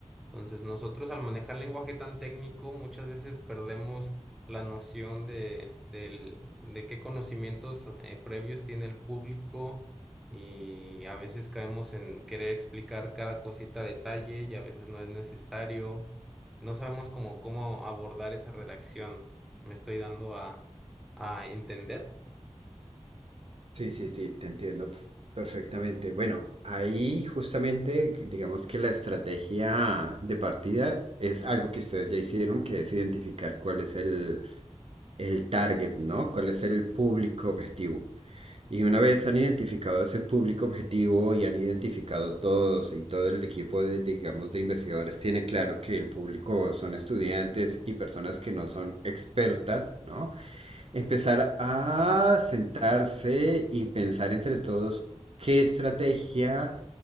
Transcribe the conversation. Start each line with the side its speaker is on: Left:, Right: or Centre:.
Centre: Entonces, nosotros al manejar lenguaje tan técnico, muchas veces perdemos la noción de, del- de qué conocimientos eh, previos tiene el público y a veces caemos en querer explicar cada cosita a detalle y a veces no es necesario no sabemos cómo, cómo abordar esa redacción. Me estoy dando a, a entender.
Right: Sí, sí, sí, te entiendo perfectamente. Bueno, ahí justamente digamos que la estrategia de partida es algo que ustedes ya hicieron, que es identificar cuál es el, el target, ¿no? ¿Cuál es el público objetivo? Y una vez han identificado ese público objetivo y han identificado todos y todo el equipo de, digamos, de investigadores tiene claro que el público son estudiantes y personas que no son expertas, ¿no? Empezar a sentarse y pensar entre todos qué estrategia